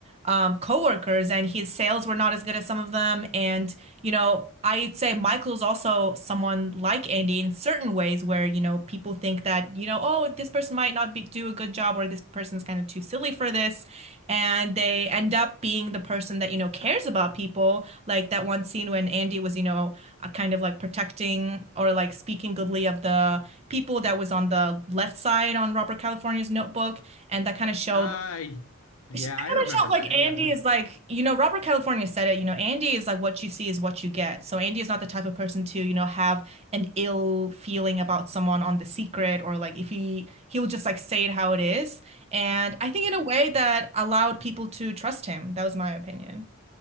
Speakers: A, on the right; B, on the left.
A: um, coworkers and his sales were not as good as some of them. And, you know, I'd say Michael's also someone like Andy in certain ways where, you know, people think that, you know, oh, this person might not be do a good job or this person's kind of too silly for this and they end up being the person that, you know, cares about people. Like that one scene when Andy was, you know, uh, kind of like protecting or like speaking goodly of the people that was on the left side on Robert California's notebook. And that kind of showed
B: I, yeah,
A: I kind
B: I remember
A: of felt like
B: that.
A: Andy
B: Yeah.
A: is
B: <laughs>
A: like, you know, Robert California said it, you know, Andy is like what you see is what you get. So Andy is not the type of person to, you know, have an ill feeling about someone on The Secret or like if he he'll just like say it how it is. And I think
B: Yeah.
A: in a way that allowed people to trust him. That was my opinion.